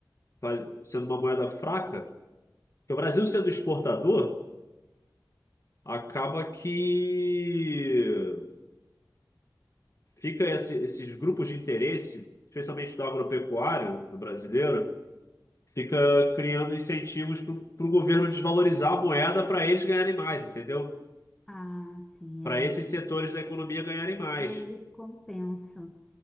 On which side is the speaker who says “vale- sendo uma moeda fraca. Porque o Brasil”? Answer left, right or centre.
Left